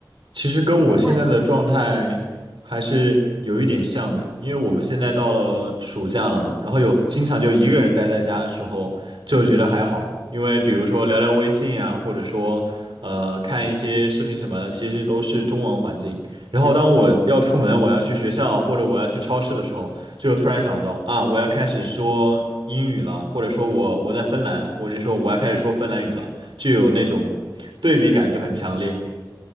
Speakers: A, on the right; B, in the centre.
A: 其实跟我现在的状态还是有一点像的，
B: 外省，
A: 因为我们现在到了暑假了嘛，然后有经常就一个人待在家的时候，就觉得还好，因为比如说聊聊微信啊，或者说呃看一些视频什么的，其实都是中文环境。然后当我要出门，
B: 嗯。
A: 我要去学校或者我要去超市的时候，就突然想到啊，我要开始说英语了，或者说我我在芬兰，我就说我要开始说芬兰语了，就有那种对比感就很强烈。